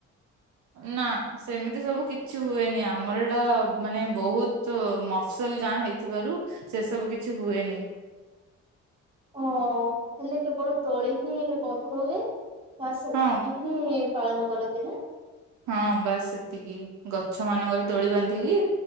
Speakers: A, on the right; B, on the right.
A: ନା ସେମିତି ସବୁ କିଛି ହୁଏନି। ଆମର ଏଇଟା ମାନେ ବହୁତ ମଫସଲ ଗାଁ ହେଇ ଥିବାରୁ ସେ ସବୁ କିଛି ହୁଏନି।
B: ଓଁ ହେଲେ କେବଳ ଦୋଳିହିଁ ବନ୍ଧ ହୁଏ ବାସ୍ ସେତିକି
A: ହଁ
B: ହିଁ ପାଳନ କରନ୍ତିନା।
A: ହଁ ବାସ୍ ସେତିକି ଗଛ ମାନଙ୍କରେ ଦୋଳି ବାନ୍ଧିକି